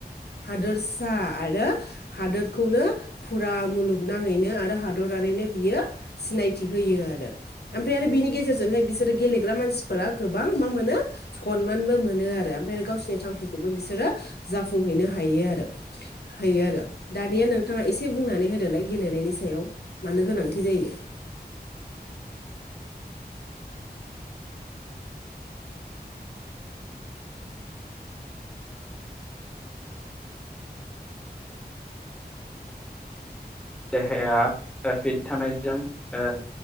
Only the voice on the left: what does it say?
हादोरसा आरो हादोरखौनो फुरा मुलुगनाङैनो आरो हादरा थारैनो बियो सिनायथि होयो आरो‌।आमफाय आरो बिनि गेजेरजोंहाय बिसोर गेले ग्रा मानसिफोरा गोबां मा मोनो सनमानबो मोनो आरो। ओमफाय गावसिरनि थांखिखौबो बिसोरो जाफुंहैनो हायो आरो। हैयो आरो दानिया नोंथाङा एसे बुंनानै होदोलाय गेलेनायनि स सायाव मानो गोनांथि जायो।